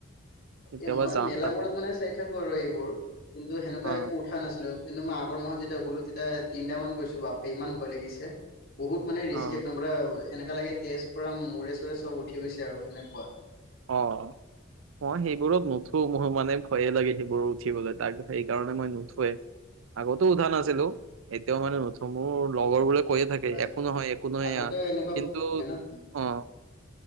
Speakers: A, on the right (about 75°); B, on the left (about 50°).
A: কেতিয়াবা
B: এ মই
A: যাম
B: মেলাাবোৰত
A: তাতে
B: মানে চাই থাকো আৰু এইবোৰ কিন্তু সেনেকুৱা
A: অ
B: একো উঠা নাছিলো কিন্তু মই আগৰ মাহত যেতিয়া গ'লো তেতিয়া তিনিটা মানত গৈছো বাপে ইমান ভয় লাগিছে। <unintelligible> বহুত মানে
A: অ
B: ৰিস্কি একদম পুৰা এনেককা লাগে তেজপ মূৰে চোৰে চব উঠি গৈছে আৰু সেনেকুৱা
A: অ অ সেইবোৰত নুঠো মোৰ মানে ভয়ে লাগে সেইবোৰ উঠিবলৈ তাক <unintelligible> সেইকাৰণে মই নুথোৱে আগতো উঠা নাছিলো এতিয়াও মানে নুথো <unintelligible> মোৰ লগৰ বোলে কৈয়ে থাকে
B: হয়
A: একো নহয় একো নহয়
B: আগতে এনেকুৱা মানে
A: কিন্তু
B: ন তুমি
A: অ <unintelligible>